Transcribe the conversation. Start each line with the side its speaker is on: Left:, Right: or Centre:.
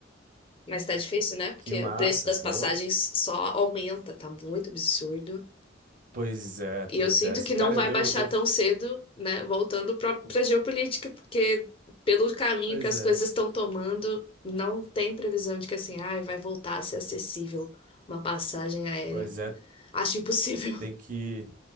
Left: mas tá difícil, né? Porque
Right: Que massa,
Left: o preço das
Right: pô.
Left: passagens só aumenta, tá muito absurdo.
Right: Pois é, pois
Left: E eu sinto
Right: é. Assim,
Left: que
Right: cara,
Left: não vai
Right: eu, eu,
Left: baixar
Right: eu
Left: tão cedo, né? Voltando para a geopolítica, porque pelo caminho
Right: Pois
Left: que as
Right: é,
Left: coisas estão tomando, não tem previsão de que assim, ai, vai voltar a ser acessível uma passagem aérea.
Right: pois é,
Left: Acho impossível.
Right: tem que,